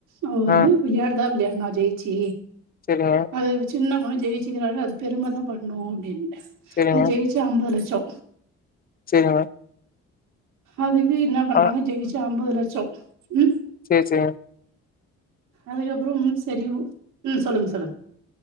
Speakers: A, on the right (about 90°); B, on the left (about 30°).
A: அவ வந்து
B: ஆ
A: விளையாடுதா விளையாடனா ஜெயிச்சு
B: செரிங்க
A: அது சின்ன பண்ணு ஜெயிச்சுக்கிறால அது பெருமை தா படணு அப்டின்ட்டு
B: சேரிங்க,
A: அது ஜெயிச்சா அம்பது லட்சோ
B: செரிங்க
A: அதுவே என்ன பண்றாங்க
B: ஆனா
A: ஜெயிச்சா அம்பது லட்சோ ம்
B: சேரி செரி
A: அதுக்கப்பறம் செரி உ ம் சொல்லுங்க சொல்லுங்க